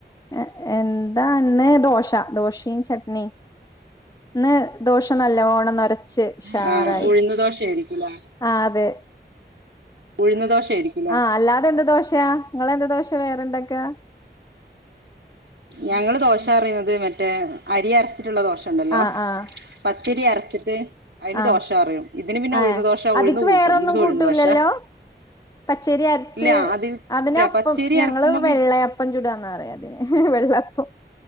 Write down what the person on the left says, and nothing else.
ഏ എന്താ ഇന്ന് ദോശ ദോശയും ചട്നി ഇന്ന് ദോശ നല്ലോണം നൊര ച്ച് ഷാറായി
ആ അതെ
ആ അല്ലാതെ എന്ത് ദോശയാ നിങ്ങളെന്ത് ദോശ പ്പ വേറെണ്ടൊക്കാ
ആഹ് ആഹ്
ആഹ്
ഏഹ്
അതിക്ക്
വേറൊന്നും കൂട്ടൂലല്ലോ
പച്ചരി അരച്ച്
അതിന്
അപ്പം
ഞങ്ങള്
വെള്ളയപ്പം ചൂടുകാന്നാ പറയുക അതിന് വെള്ളപ്പം